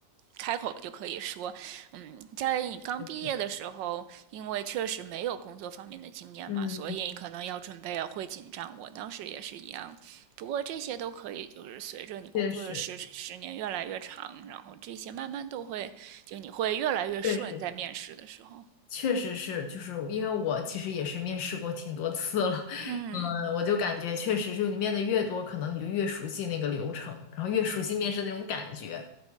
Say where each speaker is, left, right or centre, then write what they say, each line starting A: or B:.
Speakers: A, on the right; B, on the left.
A: 开口就可以说，嗯，在你刚毕业的时候，
B: 就是，
A: 因为确实没有工作方面的经验嘛，
B: 嗯，
A: 所以你可能要准备啊会紧张。我当时也是一样，不过这些都可以，就是随着你工作的十十年越来越长，
B: 确实，
A: 然后这些慢慢都会，就你会越来越顺，
B: 确实。
A: 在面试的时候。
B: 确实是，就是因为我其实也是面试过挺多次了，<laughs>
A: 嗯，
B: 嗯，我就感觉确实是你面的越多，可能你就越熟悉那个流程，然后越熟悉面试那种感觉。